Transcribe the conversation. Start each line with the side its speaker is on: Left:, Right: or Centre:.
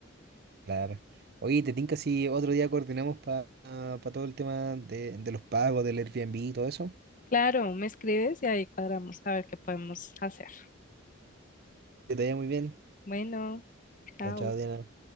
Right: Claro. Oye, te tinca si otro día coordinamos para todo el tema de, de los pagos, del Airbnb y todo eso.
Left: Claro, me escribes y ahí cuadramos a ver qué podemos hacer.
Right: Que te vaya muy bien.
Left: Bueno, chao.
Right: Chao, chao, Diana.